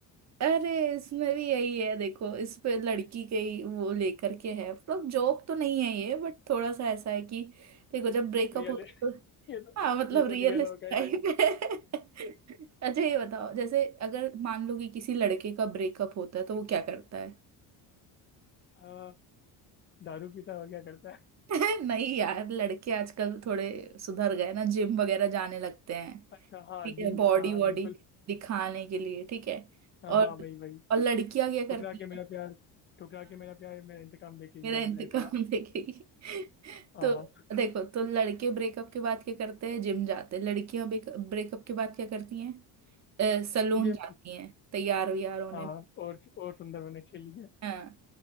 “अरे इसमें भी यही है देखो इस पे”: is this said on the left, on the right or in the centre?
Right